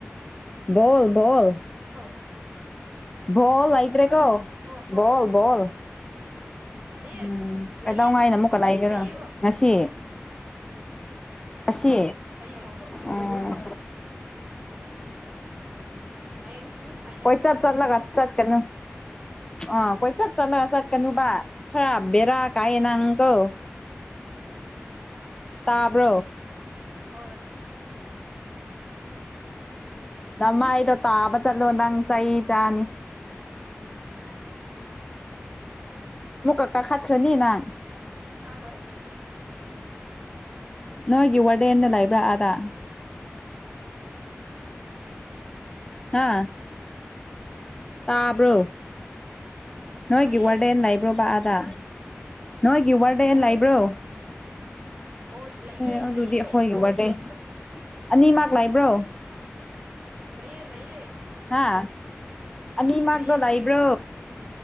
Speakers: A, on the left; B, on the right.
A: ꯕꯣꯜ ꯕꯣꯜ
B: ꯑꯣ
A: ꯕꯣꯜ ꯂꯩꯇ꯭ꯔꯦꯀꯣ
B: ꯍꯣꯏ ꯍꯣꯏ
A: ꯕꯣꯜ ꯕꯣꯜ
B: <unintelligible>
A: ꯎꯝ ꯀꯩꯗꯥꯥꯎ
B: ꯂꯩꯌꯦꯕ
A: ꯉꯥꯏꯗ ꯑꯃꯨꯛꯀ ꯂꯩꯒꯦꯔꯣ
B: ꯂꯩꯌꯦꯕ
A: ꯉꯁꯤ ꯑꯁꯤ
B: ꯍꯌꯦꯡ ꯍꯥꯏꯕ
A: ꯎꯝ
B: <unintelligible> ꯍꯌꯦꯡ ꯁꯤꯃꯤ ꯐꯥꯏꯅꯦꯜ
A: ꯀꯣꯏ
B: ꯁꯥꯟꯅꯔꯅꯤꯌꯦ
A: ꯆꯠ ꯆꯠꯂꯒ ꯆꯠꯀꯅꯣ ꯑꯥ ꯀꯣꯏ ꯆꯠ ꯆꯠꯂꯒ ꯆꯠꯀꯅꯨꯕ ꯈꯔꯞ ꯕꯦꯔꯥ ꯀꯥꯏꯌꯦ ꯅꯪꯀꯣ
B: ꯑ
A: ꯇꯥꯕ꯭ꯔꯣ
B: ꯍꯣꯏ <unintelligible>
A: ꯅꯃꯥꯏꯗꯣ ꯇꯥꯕ ꯆꯠꯂꯣ ꯅꯪ ꯆꯩ ꯆꯥꯅꯤ
B: ꯍ ꯍ
A: ꯃꯨꯛꯀꯥ ꯀꯈꯠꯈ꯭ꯔꯅꯤ ꯅꯪ
B: ꯀꯔꯣꯏ
A: ꯅꯣꯏꯒꯤ ꯋꯥꯔꯗꯦꯟꯗꯣ ꯂꯩꯕ꯭ꯔꯥ ꯑꯗ ꯍꯥ ꯇꯥꯕ꯭ꯔꯣ
B: ꯍꯥ
A: ꯅꯣꯏꯒꯤꯋꯥꯔꯗꯦꯟ
B: ꯇꯥꯏꯌꯦ
A: ꯂꯩꯕ꯭ꯔꯣ ꯚꯥꯏꯑꯗꯥ ꯅꯣꯏꯒꯤ ꯋꯥꯔꯗꯦꯟ
B: ꯎꯝ ꯂꯩꯌꯦ
A: ꯂꯩꯕ꯭ꯔꯣ
B: ꯁꯤꯗ ꯍꯣꯏ ꯂꯩꯌꯦ
A: ꯑꯦ ꯑꯗꯨꯗꯤ
B: ꯂꯩꯌꯦ
A: ꯑꯩꯈꯣꯏꯒꯤ ꯋꯥꯔꯗꯦꯟ ꯑꯅꯤꯃꯛ ꯂꯥꯏꯕ꯭ꯔꯣ
B: ꯂꯩꯌꯦ ꯂꯩꯌꯦ
A: ꯍꯥ ꯑꯅꯤ ꯃꯥꯛꯗꯣ
B: ꯂꯩꯌꯦꯕ
A: ꯂꯩꯕ꯭ꯔꯣ